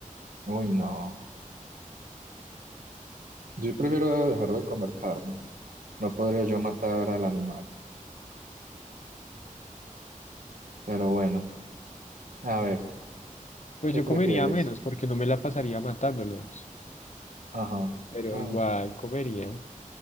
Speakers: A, on the right (about 75°); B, on the left (about 55°).
A: Uy, no. Yo prefiero dejar de comer carne. No podría yo matar al animal. Pero bueno, a ver,
B: Pues
A: ¿qué
B: yo
A: prefieres?
B: comería menos porque no me la pasaría matándolos.
A: Ajá.
B: Pero
A: bueno.
B: igual comería.